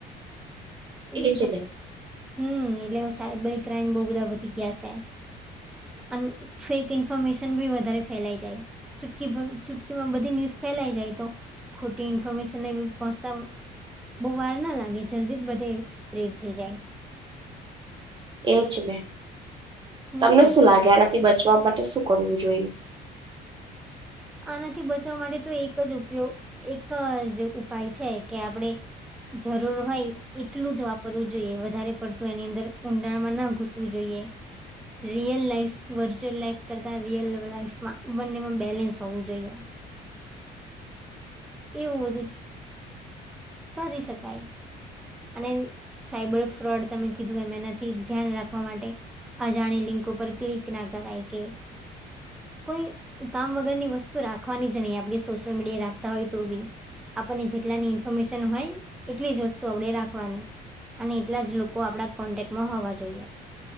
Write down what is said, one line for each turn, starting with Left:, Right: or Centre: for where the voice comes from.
Centre: એટ
Right: એજ ને.
Centre: હમ એટલે સાયબર ક્રાઈમ બહુ બધા વધી ગયા છે અને ફેક ઇન્ફોર્મેશન બી વધારે ફેલાઈ જાય ચૂટકી ચૂટકીમાં બધી ન્યૂઝ ફેલાઈ જાય તો ખોટી ઇન્ફોર્મેશન એ પહોંચતા બહુ વાર ના લાગે જલ્દી જ બધે પ્રેડ થઈ જાય
Right: એજ ને
Centre: હમ
Right: તમને શું લાગે આનાથી બચવા માટે શું કરવું જોઈએ
Centre: આનાથી બચાવવા માટે તો એક જ ઉપયોગ એક જ ઉપાય છે કે આપણેે જરૂર હોય એટલું જ વાપરવું જોઈએ વધારે પડતું એની અંદર ઊંડાણમાં ના ઘુસ શું જોઈએ રિયલ લાઈફ વર્ચ્યુઅલ લાઈફ કરતા રિયલ લાઈફમાં બંનેમાં બેલેન્સ થું જઈ એવું બધું કરી શકાય અને સાયબર ફ્રોડ તમે કીધું એમાં નથી ધ્યાન રાખવા માટે અજાણી લિંકો પર ક્લિક ના કરાય કે કોઈ કામ વગર ની વસ્ુ વસ્તુ રાખવાની જ નહીં આપણે સોશિયલ મીડિયા રાખતા હોય તો બી આપણને જેટલાની ઇન્ફોર્મેશન હોય એટલી જ વસ્તુ આપણે રાખવાની અને એટલા જ લોકો આપણા કોન્ટેક્ટમાં હોવા જોઈએ